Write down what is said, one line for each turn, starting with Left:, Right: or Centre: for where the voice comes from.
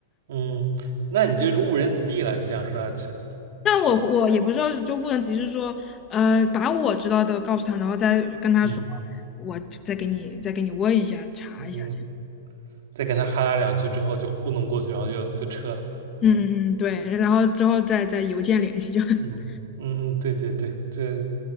Right: 嗯，那你就是误人子弟了。你这样说下去，
Left: 但我我也不知道，就不能只是说，呃，把我知道的告诉他，然后再跟他说，
Right: 嗯
Left: 我再给你再给你问一下，查一下这样。
Right: 嗯，再跟他哈拉两句之后就糊弄过去，然后就就撤了。
Left: 嗯嗯嗯，对，然后之后再再邮件联系就 <laughs>
Right: 嗯嗯嗯，对对对，这